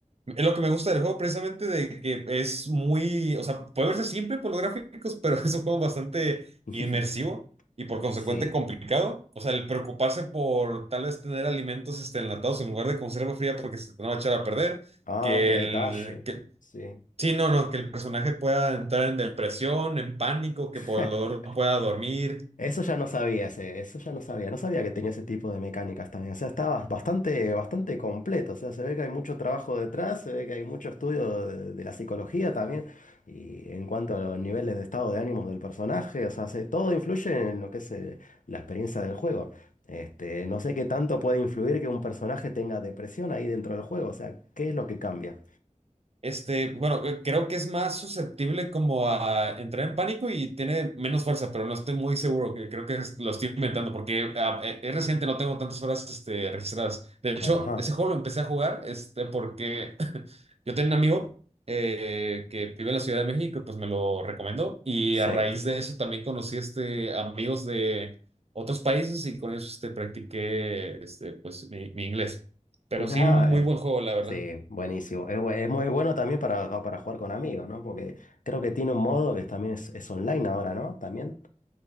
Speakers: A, on the right; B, on the left.
A: es lo que me gusta del juego precisamente de que es muy, o sea, puede verse simple por los gráficos, pero <laughs> es un juego bastante
B: <laughs>
A: inmersivo y por consecuente
B: Sí.
A: complicado. O sea, el preocuparse por tal vez tener alimentos este, enlatados en lugar de conserva fría porque se te van a echar a perder,
B: Ah,
A: que,
B: qué detalle.
A: el, que
B: Sí.
A: Sí, no, no, que el personaje pueda entrar en depresión, en pánico, que por
B: <laughs>
A: el dolor no pueda dormir,
B: Eso ya no sabía, ese- eso ya no sabía, no sabía que tenía ese tipo de mecánicas también. O sea, estaba bastante, bastante completo. O sea, se ve que hay mucho trabajo detrás, se ve que hay mucho estudio de, de la psicología también. Y en cuanto a los niveles de estado de ánimos del personaje, o sea, se- todo influye en lo que es eh, la experiencia del juego. Este, no sé qué tanto puede influir que un personaje tenga depresión ahí dentro del juego. O sea, ¿qué es lo que cambia?
A: Este, bueno, eh, creo que es más susceptible como a entrar en pánico y tiene menos fuerza, pero no estoy muy seguro, que creo que es- lo estoy inventando porque ah, eh, es reciente, no tengo tantas horas este, registradas. De hecho,
B: Ajá,
A: ese juego lo empecé a jugar este, porque <laughs> yo tenía un amigo eh, que vive en la Ciudad de México, pues me lo recomendó y
B: sí.
A: a raíz de eso también conocí este, amigos de otros países y con ellos este, practiqué este, pues, mi, mi inglés. Pero
B: <laughs>
A: sí, un muy buen juego, la verdad.
B: Sí, buenísimo. Es, bu- es muy bueno también para, para jugar con amigos, ¿no? Porque creo que tiene un modo que también es, es online ahora, ¿no? También.